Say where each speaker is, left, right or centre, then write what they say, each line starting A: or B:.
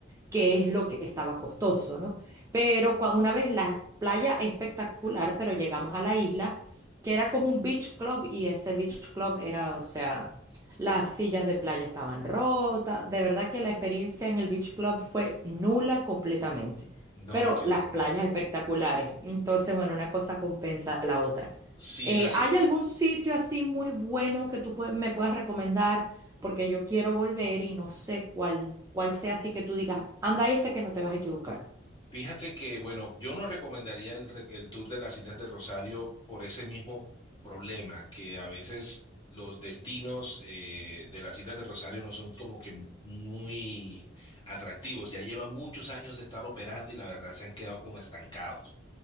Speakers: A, on the right (about 15°); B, on the left (about 25°).
A: que es lo que estaba costoso, ¿no? Pero cua- una vez la playa espectacular, pero llegamos a la isla, que era como un beach club y ese beach club era, o sea, las sillas de playa estaban rotas, de verdad que la experiencia en el beach club fue nula completamente,
B: no,
A: pero
B: que
A: las playas espectaculares, entonces, bueno, una cosa compensa a la otra.
B: sí,
A: Eh,
B: las,
A: ¿hay algún sitio así muy bueno que tú pue- me puedas recomendar? porque yo quiero volver y no sé cuál, cuál sea así que tú digas, anda esta que no te vas a equivocar.
B: fíjate que, bueno, yo no recomendaría el, re- el tour de las Islas de Rosario por ese mismo problema, que a veces los destinos eh, de las Islas de Rosario no son como que muy atractivos, ya llevan muchos años de estar operando y la verdad se han quedado como estancados.